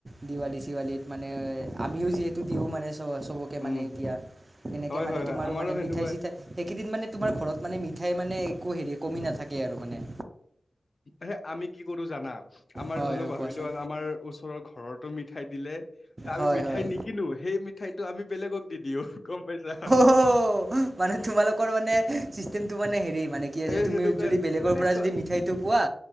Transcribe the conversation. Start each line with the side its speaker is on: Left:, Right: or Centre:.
Right: দিৱালী-চিৱালিত মানে আমিও যিহেতু দিওঁ মানে চব চবকে। কে
Left: উম
Right: মানে এতিয়া এনেকে
Left: হয়
Right: মানে
Left: হয় হয়
Right: তোমাৰো
Left: আমাৰো
Right: মানে
Left: সেনেকুৱা
Right: মিঠাই-চিঠাই সেইকেইদিন মানে তোমাৰ ঘৰত। মানে মিঠাই মানে একো হেৰি কমি নাথাকে আৰু মানে।
Left: হে আমি কি কৰো জানা আমাৰ
Right: হয়
Left: যোনো
Right: হয়
Left: ভাবিলোঁ
Right: কোৱাচোন
Left: আৰু আমাৰ ওচৰৰ ঘৰতো মিঠাই দিলে তা আমি
Right: হয়
Left: মিঠাই
Right: হয়
Left: নিকিনো সেই মিঠাইটো আমি বেলেগক দি দিওঁ গম পাইছা।
Right: অ', মানে তোমালোকৰ মানে চিচতেমটো মানে হেৰি মানে কি আছে
Left: এ
Right: তুমি
Left: সেনেকুৱা
Right: যদি বেলেগৰ
Left: মানে
Right: পৰা
Left: চোৱা
Right: যদি মিঠাইটো কোৱা